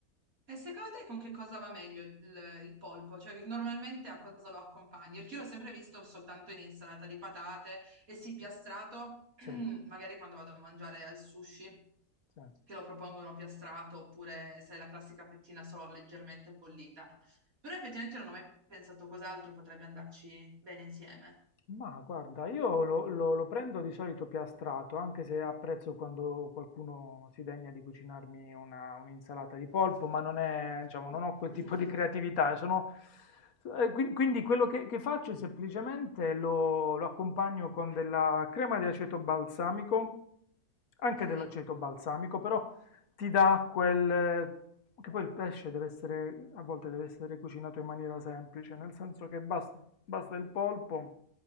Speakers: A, on the right; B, on the left.
A: E secondo te con che cosa va meglio il, il polpo? Cioè, normalmente a cosa lo accompagni? Perché io l'ho sempre visto soltanto in insalata di patate e sì, piastrato, <clears throat>
B: sì,
A: magari quando vado a mangiare al sushi,
B: sì.
A: che lo propongono piastrato, oppure sai, la classica fettina solo leggermente bollita. Però effettivamente non ho mai pensato cos'altro potrebbe andarci bene insieme.
B: Ma guarda, io lo, lo- lo prendo di solito piastrato, anche se apprezzo quando qualcuno si degna di cucinarmi una, un'insalata di polpo, ma non è, diciamo, non
A: <laughs>
B: ho quel tipo di creatività. Sono, eh, qui- quindi quello che, che faccio è semplicemente lo, lo accompagno con della crema di aceto balsamico, anche
A: Ok,
B: dell'aceto balsamico, però ti dà quel, Che poi il pesce deve essere, a volte deve essere cucinato in maniera semplice, nel senso che basta, basta il polpo,